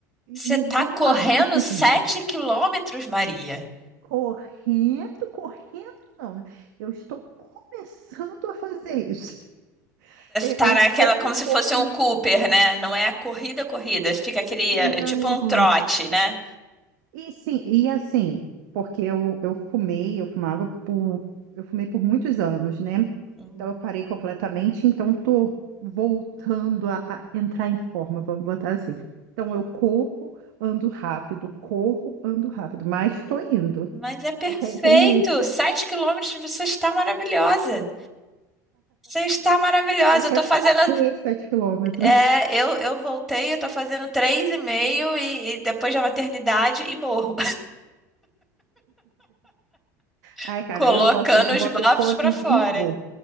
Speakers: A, on the right (about 75°); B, in the centre.
A: E
B: Você tá
A: Eu
B: correndo
A: não abro mão
B: 7
A: disso.
B: quilômetros, Maria.
A: Correndo, correndo não, né? Eu estou começando a fazer isso. Eu,
B: Tá
A: eu
B: naquela
A: corro
B: como
A: um
B: se
A: pouquinho.
B: fosse um Cooper, né? Não é a corrida, corrida. Fica aquele,
A: Não.
B: é tipo um trote, né?
A: E sim, e assim, porque eu, eu fumei, eu fumava por, eu fumei por muitos anos, né?
B: Uhum.
A: Então eu parei completamente, então tô voltando a, a entrar em forma, vamos botar assim. Então eu corro, ando rápido, corro, ando rápido, mas tô indo.
B: Mas é perfeito.
A: Eu te- tenho,
B: Sete quilômetros, você está maravilhosa. Você está maravilhosa.
A: eu quero
B: Eu tô fazendo,
A: correr sete quilômetros.
B: é,
A: <laughs>
B: eu, eu voltei, eu tô fazendo três e meio e, e depois da maternidade e morro, <laughs>
A: Ah, cara,
B: colocando
A: eu boto, boto
B: os bofs
A: o fonezinho
B: para fora.
A: e vou.